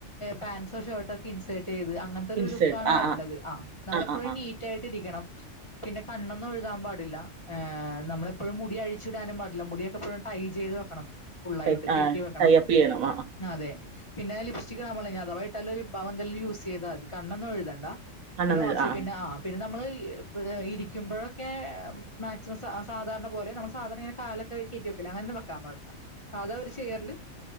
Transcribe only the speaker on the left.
പാന്റ് ഷർട്ടൊക്കെ ഇൻസേർട്ട് ചെയ്ത് അങ്ങനത്തെ ഒരു
ലുക്ക് ആണ്
വരണ്ടത്. ആ നമ്മളെപ്പോഴും
നീറ്റ് ആയിട്ടിരിക്കണം. ട്വ പിന്നെ കണ്ണൊന്നുംഴുതാൻ പാടില്ല. നമ്മെപ്പോഴും മുടി അഴിച്ചിടാനും പാടില്ല. മുടിയൊക്കെ എപ്പോഴും ടൈ ചെയ്ത് വെക്കണം. ഫുള്ളായിട്ട്
കെട്ടി വെക്കണം.
ആ അതെ പിന്നെ ലിപ്സ്റ്റിക് ഇടാൻ പാടില്ല. ഇനി അധവാ ഇട്ടാലും ലിപ്ഭാം എന്തെങ്കിലും യൂസ് ചെയ്താ മതി. കണ്ണാന്നും എഴുതണ്ട.
പിന്നെ വാച്ച്
പിന്നെ പിന്നെ നമ്മള്.. ഇരിക്കുമ്പോഴൊക്കെ മാക്സിമം സ സാധാരണ പോലെ നമ്മൾ സാധാരണെ ഇങ്ങനെ കാല് കാലൊക്കെക്കെയ്റ്റി വെക്കൂലെ. അങ്ങനെന്നും വെക്കാൻ പാടില്ല. സാധാ ഒരു ചെയ്യർല്